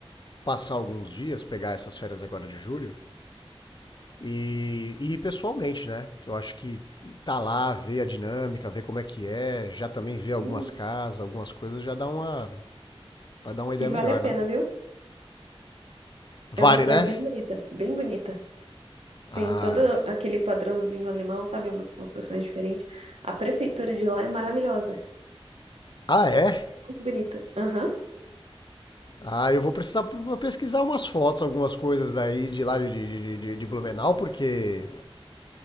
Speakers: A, on the left; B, on the right.
A: passar alguns dias, pegar essas férias agora de julho e, e ir pessoalmente, né? Que eu acho que tá lá, ver a dinâmica, ver como é que é, já também ver algumas
B: Isso.
A: casas, algumas coisas, já dá uma. Vai dar uma ideia
B: E
A: melhor,
B: vale a
A: né?
B: pena, viu?
A: Vale,
B: É uma cidade
A: né?
B: bem bonita, bem bonita.
A: Ah.
B: Tem todo aquele padrãozinho alemão, sabe? Umas construções diferentes. A prefeitura de lá é maravilhosa, é
A: Ah, é?
B: muito bonita. Aham,
A: Ah, eu vou precisar p- pesquisar umas fotos, algumas coisas daí de lá de, de, de, de Blumenau, porque